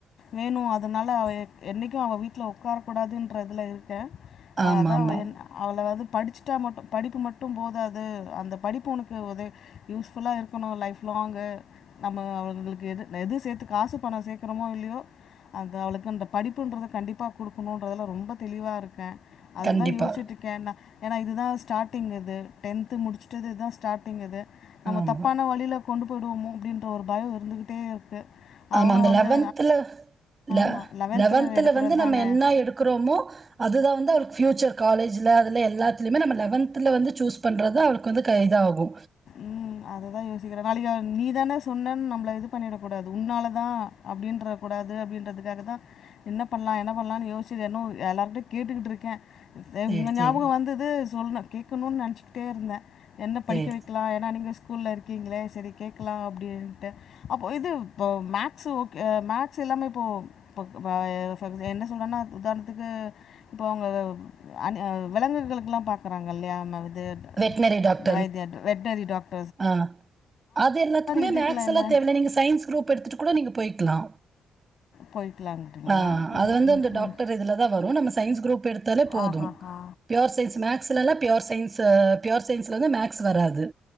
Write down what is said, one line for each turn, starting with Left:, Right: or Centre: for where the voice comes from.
Left: வேணு அதனால அவ எ என்னைக்கு அவ வீட்ல உக்கார கூடாதுன்றதுல இருக்க அதா
Right: ஆமாமா.
Left: அவ என் அவள வந்து படிச்சுட்டா மட்டு படிப்பு மட்டு போதாது து அந்த படிப்பு உனக்கு ஒதே யூஸ் ஃபுல்லா இருக்கணு லைஃப் லாங்கு நம்ம அவங்களுக்கு எது எது சேத்து காசு பணோ சேக்குறமோ இல்லயோ அந்த அவளுக்கு அந்த படிப்புன்றத கண்டிப்பா குடுக்கணுன்றதுல ரொம்ப தெளிவா இருக்க அதுக்கு
Right: கண்டிப்பா.
Left: தா யோசிச்சுட்ருக்க நா ஏனா இதுதா ஸ்டார்ட்டிங் இது டென்து முடிச்சுட்டு இதுதா ஸ்டார்டிங் இது நம்ம
Right: ஆமா.
Left: தப்பான வழில கொண்டு போய்டுவோமோ அப்டின்ற ஒரு பயோ இருந்துகிட்டே இருக்கு அவளும்
Right: ஆமா அந்த
Left: வந்து
Right: லெவன்த்ல
Left: ஆமா லெவன்த்தில்
Right: லெவன்த்ல
Left: எடுக்கிறது
Right: வந்து நம்ம
Left: தானே
Right: என்னா எடுக்குறோமோ அதுதா வந்து அவளுக்கு ஃப்யூச்சர் காலேஜில அதில எல்லாத்லயுமே நம்ம லெவன்த்ல வந்து சூஸ் பண்றதா அவளுக்கு வந்து கை இதாகு
Left: ம் அதுதா யோசிக்கிற நாளைக்கு நீ தான சொன்னன் நம்மள இது பண்ணிடக்கூடாது உன்னாலதா அப்டின்ற கூடாது அப்டின்றதுக்காகதா என்ன பண்லா என்ன பண்ணலான் யோசிச்சுன்னே எல்லார்கிட்டயு கேட்டுக்கிட்ருக்க சே
Right: சரி,
Left: உங்க ஞாபக
Right: சரி.
Left: வந்துது சொல்ல கேக்கணுன் நெனச்சிக்கிட்டே இருந்த என்ன படிக்க
Right: சரி.
Left: வைக்கலா ஏன்னா நீங்க ஸ்கூல்ல இருக்கீங்ளே செரி கேக்லா அப்டின்ட்டு அப்போ இது இப்போ மேக்ஸ் ஓகே மேக்ஸ் இல்லாம இப்போ ப்போக் பாய <unintelligible> என்ன சொல்றனா உதாரணத்துக்கு இப்போ அவங்க அன்னே விலங்குகளுக்கெல்லா பாக்குறாங்கல்லயா இது
Right: வெட்னரி டாக்
Left: <unintelligible> வெட்னரி டாக்
Right: ஆ அது எல்லாத்துக்குமே
Left: இதுக்கெல்லா
Right: மேக்ஸ்ல்லா
Left: என்ன
Right: தேவயில்ல நீங்கள் சையின்ஸ் குரூப் எடுத்துட்டு கூட நீங்க போய்கலா
Left: போய்க்கலாங்கிறீங்களா
Right: ஆ
Left: ம்
Right: அது வந்து
Left: ம்
Right: அந்த டாக்டர்
Left: ம்
Right: இதுலதா வரு நம்ம சயின்ஸ் குரூப் எடுத்தாலே போது
Left: ஆஹா ஹா
Right: பியோர் சயின்ஸ் மேக்ஸ்லல்லா பியோர் சயின்ஸ்ஸு பியோர் சயின்ஸ்ல வந்து மேக்ஸ் வராது